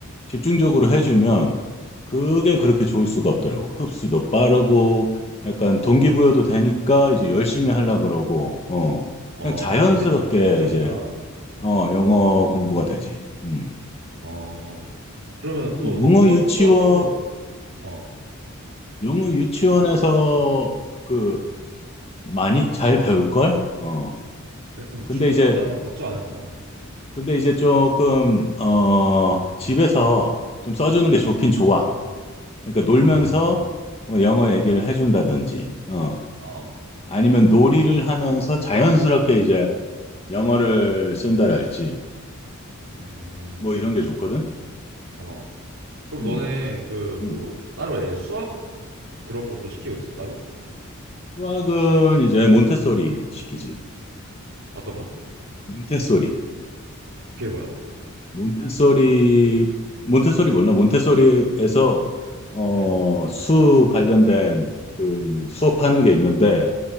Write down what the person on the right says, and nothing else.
어,
애들이 좀 적극적이구나.
어, 그러면
또 너
수학
공부 같은 건 어,
그래? 그럼
충분한가?
나 걱정 안 해도 되나?
어.
음.
어,
음,
어. 그럼
너네 그
뭐 따로 애 수학 그런 것도 시키고 있어 따로?
어떤 거?
그게 뭐야?
음,